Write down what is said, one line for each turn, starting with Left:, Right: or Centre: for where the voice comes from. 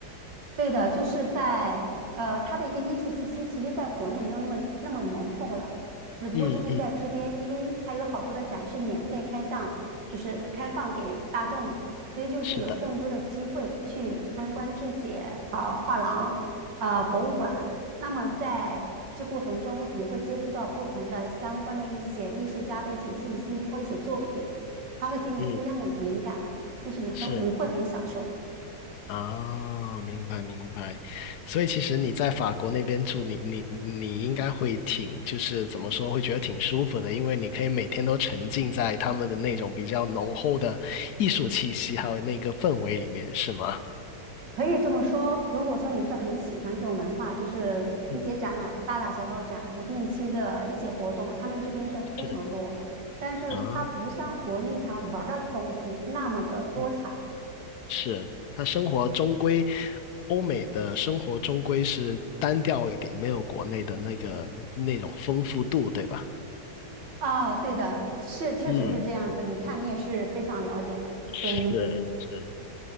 Right: 对的，就是在呃，它的一个艺术气息，其实在国内没有那么那么浓厚了，只不过就是在这边，
Left: 嗯嗯，
Right: 因为它有好多的展是免费开向，就是呃开放给大众嘛，所以就是有更多的机会去参观这些呃画廊、
Left: 是的，
Right: 呃博物馆。那么在这过程中，你会接触到不同的相关的一些艺术家的一些信息或一些作品，它会给你不一样的灵感，
Left: 嗯
Right: 就是你很你会很享受。
Left: 是。啊，明白明白，所以其实你在法国那边住，你你你应该会挺，就是怎么说，会觉得挺舒服的，因为你可以每天都沉浸在他们的那种比较浓厚的艺术气息，还有那个氛围里面，是吗？
Right: 可以这么说，如果说你是很喜欢这种文化，就是一些展览、
Left: 嗯，
Right: 大大小小展、不定期的一些活动，他们这边是非常多。
Left: 是，
Right: 但是它不像国内它玩儿的东西那么的多彩
Left: 啊，嗯是，他生活终归，欧美的生活终归是单调一点，没有国内的那个那种丰富度，对吧？
Right: 哦，对的，是确实是这样子。
Left: 嗯，
Right: 你看你也是非常了解的，所以
Left: 是是，